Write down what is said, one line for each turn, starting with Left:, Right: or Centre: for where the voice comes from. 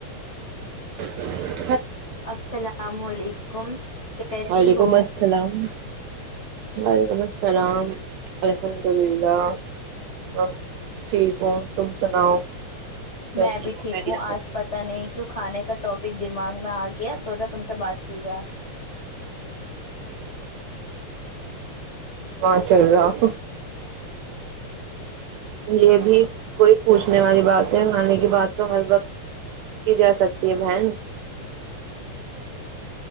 Right: <unintelligible>
Left: السلام علیکم کیسی
Right: وعلیکم
Left: ہو
Right: السلام وعلیکم السلام الحمد اللہ ٹھیک ہوں تم سناؤ کیسی
Left: میں بھی
Right: ہو
Left: ٹھیک
Right: خیریت
Left: ہوں آج
Right: سے
Left: پتہ نہیں کیوں کھانے کا ٹاپک دماغ میں آ گیا سوچا تم سے بات کی جائے
Right: ماشاء اللہ یہ بھی کوئی پوچھنے والی بات ہے کھانے کی بات تو ہر وقت کی جا سکتی ہے بہن